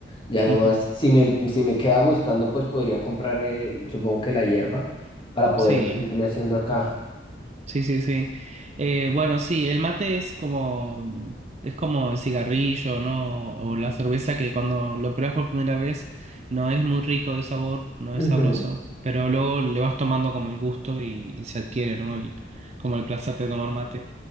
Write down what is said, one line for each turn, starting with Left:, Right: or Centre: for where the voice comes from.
Left: Ya nomás,
Right: Ujú.
Left: si me, si me queda gustando, pues podría comprar, el- supongo que la hierba, para poder
Right: Sí.
Left: seguirme haciendo acá.
Right: Sí, sí, sí. Eh, bueno, sí, el mate es como, es como el cigarrillo, ¿no? O la cerveza que cuando lo pruebas por primera vez no es muy rico de sabor, no
Left: Ujú.
Right: es sabroso, pero luego le vas tomando como el gusto y, y se adquiere, ¿no? El- como el placer de tomar mate.